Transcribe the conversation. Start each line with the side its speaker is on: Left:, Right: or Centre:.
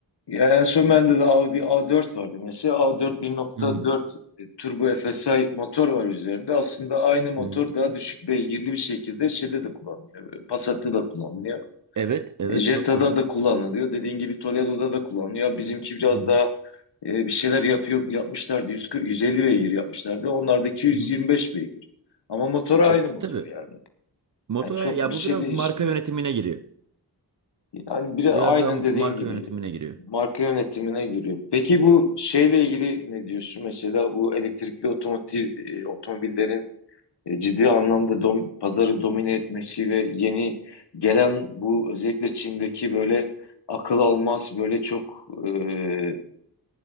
Left: Ya en son bende de Audi A4 vardı. Mesela A4 1.4
Right: Hı hı.
Left: e, turbo FSI motor var üzerinde. Aslında aynı motor
Right: Hı hı.
Left: daha düşük beygirli bir şekilde şeyde de kullanılıyor. E, Passat'ta da kullanılıyor.
Right: Evet, evet
Left: E, Jetta'da
Right: çok doğru.
Left: da kullanılıyor. Dediğin gibi Toledo'da da kullanılıyor. Bizimki biraz
Right: Hı hı,
Left: daha e, bir şeyler yapıyor, yapmışlardı. 140, 150 beygir yapmışlardı. Onlardaki 125
Right: hı hı.
Left: beygir. Ama motor aynı
Right: E, t-
Left: motor
Right: Tabii
Left: yani.
Right: motora
Left: Yani çok
Right: ya
Left: bir
Right: bu
Left: şey
Right: biraz
Left: değişmiyor.
Right: marka yönetimine giriyor.
Left: Yani biri
Right: Biraz
Left: aynen
Right: daha marka
Left: dediğin gibi
Right: yönetimine giriyor.
Left: marka yönetimine giriyor. Peki bu şeyle ilgili ne diyorsun? Mesela bu elektrikli otomotiv e, otomobillerin e, ciddi anlamda dom- pazarı domine etmesi ve yeni gelen bu özellikle Çin'deki böyle akıl almaz böyle çok e,